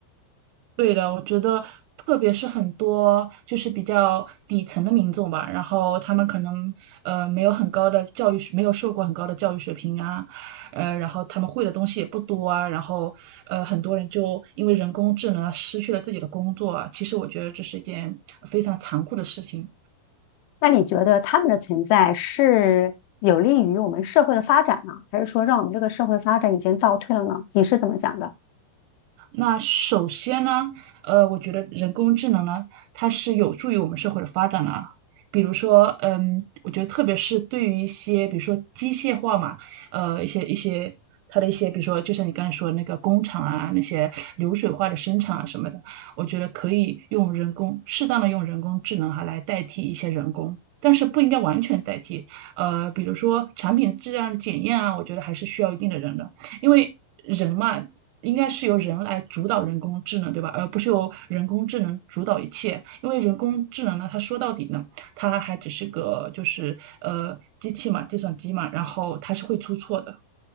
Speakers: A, on the right (about 85°); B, on the left (about 80°).
A: 对的，我觉得，特别是很多就是比较底层的民众吧，然后他们可能呃没有很高的教育水，没有受过很高的教育水平啊，呃，然后他们会的东西也不多啊，然后呃很多人就因为人工智能啊失去了自己的工作啊，其实我觉得这是一件非常残酷的事情。
B: 那你觉得他们的存在是有利于我们社会的发展呢，还是说让我们这个社会发展已经倒退了呢？你是怎么想的？
A: 那首先呢，呃，我觉得人工智能呢，它是有助于我们社会的发展的啊。比如说，嗯，我觉得特别是对于一些，比如说机械化嘛，呃，一些一些它的一些，比如说就像你刚才说的那个工厂啊，那些流水化的生产啊什么的，我觉得可以用人工，适当的用人工智能哈来代替一些人工。但是不应该完全代替，呃，比如说产品质量的检验啊，我觉得还是需要一定的人的。因为人嘛，应该是由人来主导人工智能，对吧？而不是由人工智能主导一切。因为人工智能呢，它说到底呢，它还只是个就是呃机器嘛，计算机嘛，然后它是会出错的。